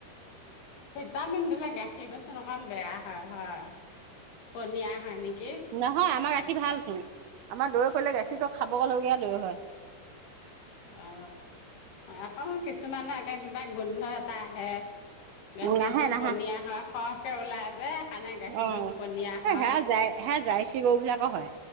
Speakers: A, on the left; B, on the right.
A: টামিন দিলে গা সেই বস্তুটো অকণ বেয়া হয় হয় পনীয়া হয় নেকি-
B: নহয় আমাৰ গাখীৰ ভাল চুন। আমাৰ দৈ কৰিলে গাখীৰটো খাব লগীয়া দৈ হয়।
A: অ আকৌ কিছুমানে আগ কিবা গোন্ধ আহে। গাখীৰটো
B: নাহে নাহে
A: পনিয়া হয়, কে ওলাই যে, সেইকাৰণে গাখীৰটো
B: অ
A: পনীয়া
B: সে
A: হয়।
B: যায় হে যাই পুঠি গৰু বিলাক হয়